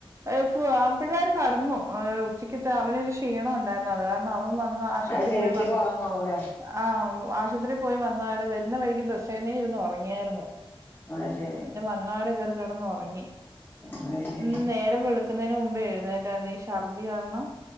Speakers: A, on the right; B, on the left.
A: അഹ് ഫു അഹ് പിള്ളേര് കെടന്നു ഏഹ് ഉച്ചക്കത്തെ അവനൊരു ക്ഷീണം ഒണ്ടായിരുന്നു അത് കാരണം അവൻ വന്ന് ആശുപത്രിയി
B: അത് ശരി
A: പോയി
B: ഉച്ചക്ക്
A: വന്ന
B: ഉറങ്ങാവൂല്ലേ
A: ആഹ് ആശുപത്രിയിൽ പോയി വന്നെ വരുന്ന വഴിക്ക് ബെസെന്നെ ഇന്ന് ഉറങ്ങിയായിരുന്നോ
B: അയ്ശരി
A: ഇന്നവിടെ കേറി കിടന്നൊറങ്ങി
B: അത് ശരി
A: ഇന്ന് നേരം വെളു ക്കുന്നതിന് മുമ്പേ എഴുന്നേറ്റായിരുന്നു ഈ ശർദി കാരണം